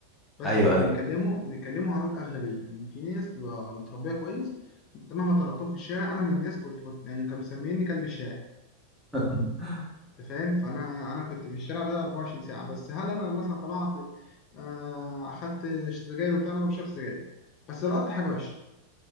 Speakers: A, on the left; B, in the centre.
A: بس
B: ايوه
A: احنا
B: ايوه
A: بنتكلموا بنتكلموا عن الاغلبيه يعني في ناس تبقى متربيه كويس انت مهما طلقتهم في الشارع انا من الناس كنت بت... يعني كانوا مسميني كلب الشارع
B: <laughs>
A: انت فاهم فانا انا كنت في الشارع ده 24 ساعه بس هل انا مثلا طلعت آه، اخدت سجاير وبتاع انا ما بشربش سجاير بس لقطت حاجه وحشه